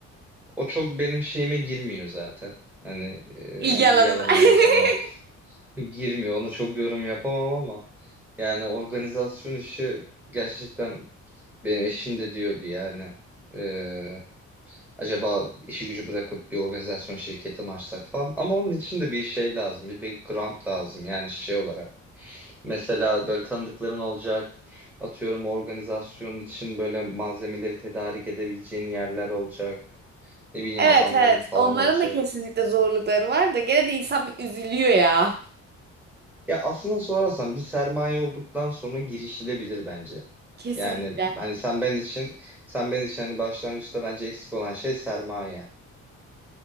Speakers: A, in the centre; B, on the right.
A: o çok benim şeyime girmiyor zaten. Hani e,
B: İlgi
A: ilgi
B: alanına.
A: alanıma
B: <laughs>
A: falan girmiyor. Ona çok yorum yapamam ama yani organizasyon işi gerçekten benim eşim de diyordu yani. Ee, acaba işi gücü bırakıp bir organizasyon şirketi mi açsak falan. Ama onun için de bir şey lazım. Bir background lazım yani şey olarak. Mesela böyle tanıdıkların olacak. Atıyorum organizasyon için böyle malzemeleri tedarik edebileceğin yerler olacak. Ne bileyim
B: Evet
A: adamların
B: evet.
A: falan
B: Onların
A: olacak.
B: da kesinlikle zorlukları var da gene de insan bir üzülüyor ya.
A: Ya aslında sorarsan bir sermaye olduktan sonra girişilebilir bence.
B: Kesinlikle.
A: Yani hani sen ben için sen ben için hani başlangıçta bence eksik olan şey sermaye.